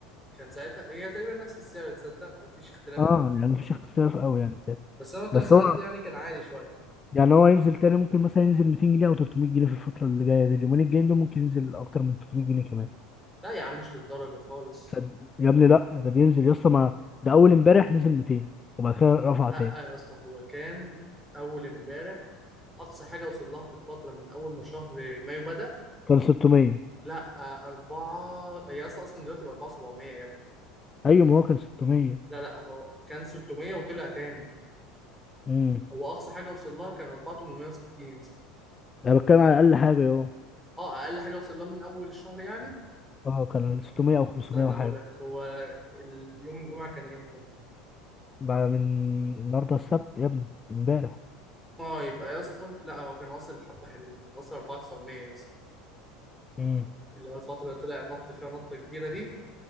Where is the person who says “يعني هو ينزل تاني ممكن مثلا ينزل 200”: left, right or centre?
Left